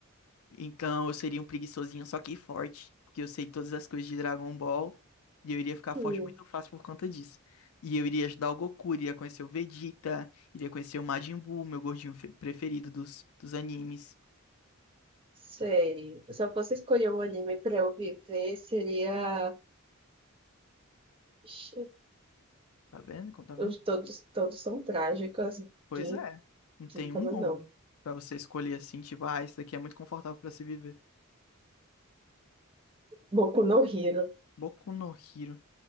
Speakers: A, on the left; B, on the right.
A: Então eu seria um preguiçosinho, só que forte. Porque eu sei todas as coisas de Dragon Ball. E eu iria ficar
B: Hum,
A: forte muito fácil por conta disso. E eu iria ajudar o Goku, iria conhecer o Vegeta, iria conhecer o Majin Buu, meu gordinho fe- preferido dos, dos animes.
B: sei. Se eu fosse escolher um anime para eu viver, seria. Ixi,
A: Tá vendo? Como Tá vendo?
B: Os todos, todos são trágicos.
A: Pois
B: Quem
A: é, não
B: quem
A: tem
B: fala
A: um bom
B: não?
A: pra você escolher assim, tipo, ah, esse daqui é muito confortável pra se viver.
B: Boku no Hero.
A: Boku no Hero.